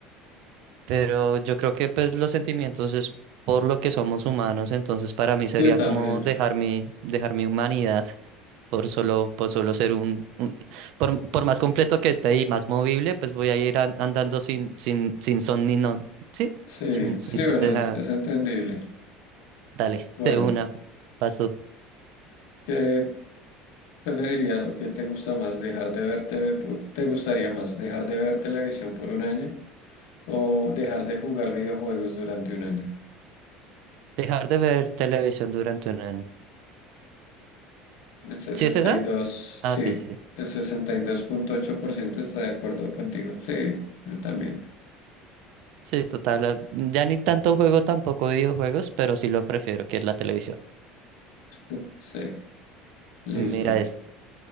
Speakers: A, on the right; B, on the left.
A: Pero yo creo que pues los sentimientos es por lo que somos humanos, entonces para mí
B: Sí,
A: sería
B: también.
A: como dejar mi, dejar mi humanidad por solo, por solo ser un, un- por, por más completo que esté y más movible, pues voy a ir an- andando sin, sin, sin son ni no, sí,
B: Sí,
A: sin, sin
B: sí,
A: son
B: bueno,
A: de
B: es,
A: nada.
B: es entendible.
A: Dale,
B: Bueno,
A: de una. Paso.
B: ¿qué preferirías o qué te gusta más? ¿Dejar de ver TV? po- ¿Te gustaría más dejar de ver televisión por un año o dejar de jugar videojuegos durante un año?
A: Dejar de ver televisión durante un año.
B: El sesenta
A: ¿Sí es esa?
B: y dos
A: Ah,
B: sí,
A: ok, sí.
B: el sesenta y dos punto ocho por ciento está de acuerdo contigo. Sí, yo también.
A: Sí, total. eh, Ya ni tanto juego tampoco videojuegos, pero sí lo prefiero, que es la televisión.
B: <laughs> Sí, listo.
A: Mira, es